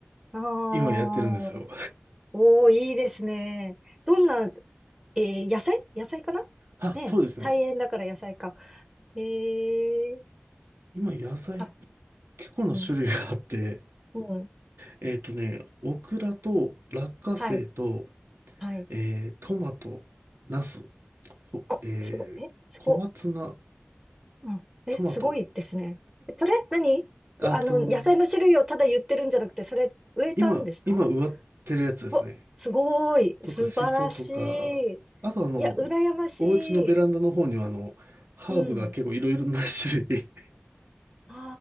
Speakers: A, on the right; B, on the right.
A: うん。ああ、
B: 今やってるんですよ。
A: おー、いいですね。どんなえー、野菜野菜かな
B: あ、
A: ね菜園だから野菜か。
B: そうですね。
A: えー、
B: 今野菜
A: あ、
B: 結構な種類があって、
A: うん、うん、
B: えっとね、オクラと落花生と、
A: はい、はい。
B: えー、トマト、ナス、ほえー、
A: あ、すご、え、すご、
B: 小松菜、
A: うん、え、
B: トマト、
A: すごいですね。えそれ、何くあの、
B: あと、
A: 野菜の種類をただ言ってるんじゃなくて、それ、植えたんですか
B: 今、今植わってるやつですね。
A: わ、すごい、
B: とか、
A: 素晴らし
B: シソとか、
A: い。
B: あとあの、
A: いや、羨まし
B: お家のベランダの方にはあの、
A: い。
B: ハーブが結構いろいろな種類
A: うん。あ